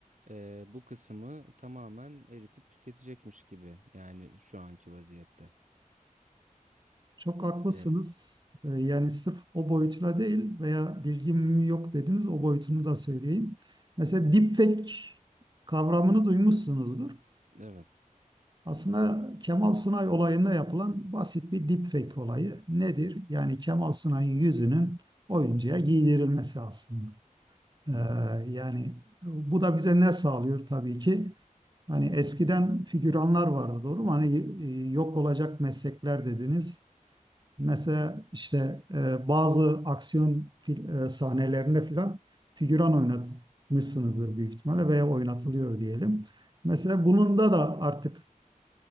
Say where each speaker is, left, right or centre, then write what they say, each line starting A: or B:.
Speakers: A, on the right; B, on the right.
A: Ee, bu kısmı tamamen eritip tüketecekmiş gibi. Yani şu anki vaziyette.
B: Çok haklısınız.
A: Ee,
B: Ee, Yani sırf o boyutuyla değil veya bilgim yok dediniz o boyutunu da söyleyeyim. Mesela deepfake kavramını duymuşsunuzdur.
A: evet.
B: Aslında Kemal Sunay olayında yapılan basit bir deepfake olayı nedir? Yani Kemal Sunay'ın yüzünün oyuncuya giydirilmesi aslında. Ee,
A: Hı hı.
B: yani bu da bize ne sağlıyor tabii ki? Hani eskiden figüranlar vardı doğru mu? Hani e, yok olacak meslekler dediniz. Mesela işte e, bazı aksiyon fil- e, sahnelerinde filan figüran oynatmışsınızdır büyük ihtimalle
A: Hı hı.
B: veya oynatılıyor
A: Hı hı.
B: diyelim. Mesela
A: Hı hı.
B: bununda da da artık